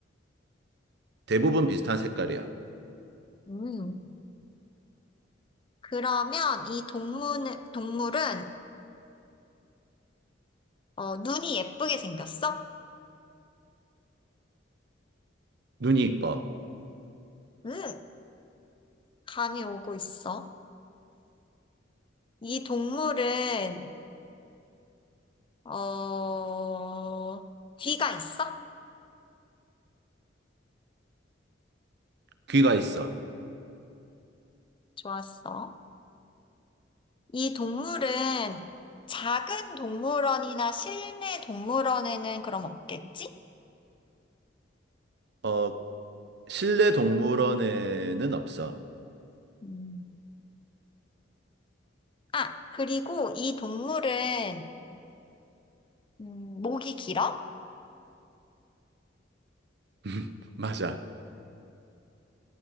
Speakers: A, on the right; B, on the left.
A: 대부분 비슷한 색깔이야.
B: 음, 그러면 이 동물, 동물은, 어, 눈이 예쁘게 생겼어?
A: 눈이 이뻐.
B: 음, 감이 오고 있어. 이 동물은, 어, 귀가 있어?
A: 귀가 있어.
B: 좋았어. 이 동물은 작은 동물원이나 실내 동물원에는 그럼 없겠지?
A: 어, 실내 동물원에는 없어.
B: 음. 아, 그리고 이 동물은, 음, 목이 길어?
A: <laughs> 맞아.